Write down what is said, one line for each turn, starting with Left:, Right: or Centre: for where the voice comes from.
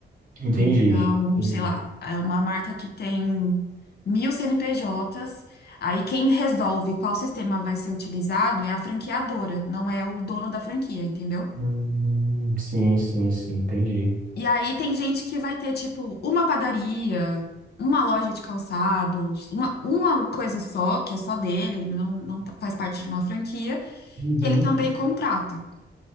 Right: Entendi.
Left: Então,
Right: Entendi.
Left: sei lá, é uma marca que tem mil CNPJs. Aí quem resolve qual sistema vai ser utilizado é a franqueadora, não é o dono da franquia, entendeu?
Right: Hum, sim, sim, sim, entendi.
Left: E aí tem gente que vai ter, tipo, uma padaria, uma loja de calçados, uma, uma coisa só, que é só dele, ele não, não tá- faz parte de uma franquia,
Right: Uhum.
Left: que ele também contrata.